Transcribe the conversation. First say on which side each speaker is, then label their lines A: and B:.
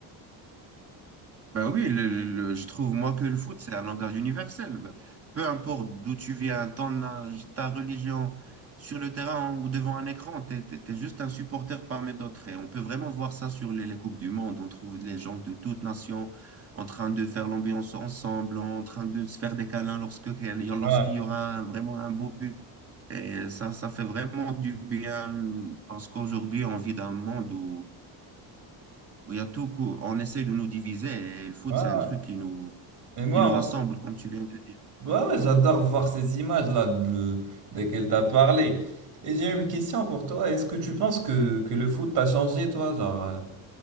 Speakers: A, on the right; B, on the right.
A: Ben oui, le, le- le- je trouve moi que le foot, c'est un langage universel. Ben, Peu importe d'où tu viens, ton âge, ta religion, sur le terrain ou devant un écran, t'es, t'es- t'es juste un supporter parmi d'autres. Et on peut vraiment voir ça sur les, les Coupes du Monde. On trouve les gens de toutes nations en train de faire l'ambiance ensemble, en train de se faire des câlins lorsque, lorsqu'il
B: Ouais,
A: y aura un- vraiment un beau but. Et ça, ça fait vraiment du bien parce qu'aujourd'hui, on vit dans un monde où, où il y a tout, cou- on essaie de nous diviser et le foot,
B: ouais, ouais.
A: c'est un truc qui nous
B: Et moi,
A: qui nous rassemble, comme tu viens de dire.
B: Ouais, ouais, j'adore voir ces images-là de- desquelles tu as parlé. Et j'ai une question pour toi. Est-ce que tu penses que, que le foot t'a changé, toi? Genre, euh,